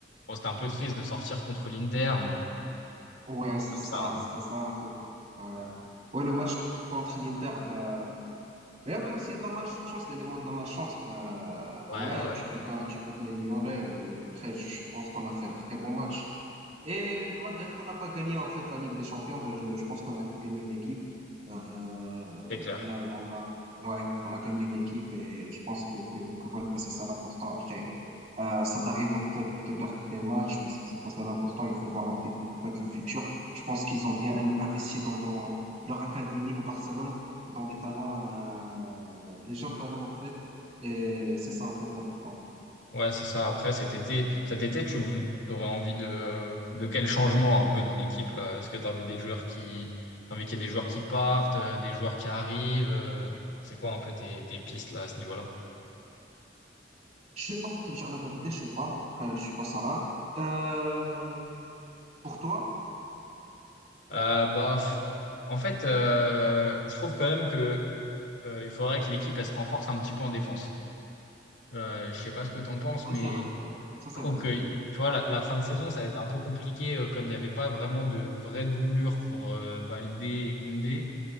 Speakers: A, on the left (about 85°); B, on the right (about 40°).
A: bon, c'était un peu triste de sortir contre l'Inter, mais bon,
B: ouais,
A: c'est
B: c'est
A: comme
B: ça,
A: ça. hein.
B: c'est ça en fait. Ouais. Ouais, le match contre l'Inter, bah, mais il y avait aussi de la malchance, l'élément de la malchance. Bah,
A: Ouais,
B: ouais,
A: ouais,
B: tu peux pas, tu peux pas ignorer. Euh, Après, je pense qu'on a fait un très bon match. Et malgré qu'on n'a pas gagné en fait la Ligue des Champions, ben, je, je pense qu'on a gagné une équipe. Euh, on
A: c'est clair.
B: a, on a, ouais, on a gagné une équipe et je pense que, que, que voilà, c'est ça l'important. Après, euh, ça t'arrive en fait de perdre des matchs, mais c'est c'est pas ça l'important. Il faut voir en fait, en fait le futur. Je pense qu'ils ont bien in- investi dans, dans leur académie, le Barcelone, dans les talents, euh, les jeunes talents en fait. Et c'est ça, en fait, l'important.
A: Ouais, c'est ça. Après, cet été, cet été, tu aurais envie de, euh, de quel changement un peu dans l'équipe là? Est-ce que tu as envie des joueurs qui, t'as envie qu'il y ait des joueurs qui partent, euh, des joueurs qui arrivent? euh, c'est quoi un peu tes, tes pistes là à ce niveau-là?
B: Je sais pas, pour te dire la vérité, je sais pas. Après, je suis pas Sarah. Euh, pour toi?
A: Euh, bah, f- en fait, euh, je trouve quand même que euh, il faudrait que l'équipe elle se renforce un petit peu en défense. Euh, je sais pas ce que t'en penses,
B: Oui,
A: mais
B: c'est vrai. Ça, c'est
A: Je trouve
B: vrai.
A: que, tu vois, la, la fin de saison, ça a été un peu compliqué, euh, comme il n'y avait pas vraiment de vraie doublure pour euh, Baldé et Koundé.